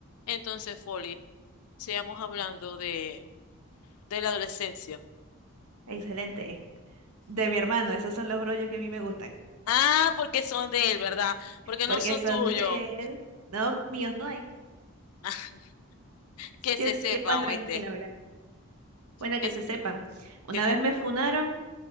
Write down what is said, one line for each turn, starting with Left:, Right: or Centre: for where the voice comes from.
Left: Entonces, Folly, sigamos hablando de, de la adolescencia.
Right: Excelente. De mi hermano, esos son los rollos que a mí me gustan,
Left: Ah, porque son de él, ¿verdad? Porque
Right: porque
Left: no son
Right: son
Left: tuyos.
Right: de él. No, míos no hay.
Left: Ah, <laughs> que
Right: Yo
Left: se
Right: estoy
Left: sepan,
Right: más tranquila,
Left: oíste.
Right: mira. Bueno,
Left: Que,
Right: que se sepan. Una
Left: que se
Right: vez
Left: sepan.
Right: me funaron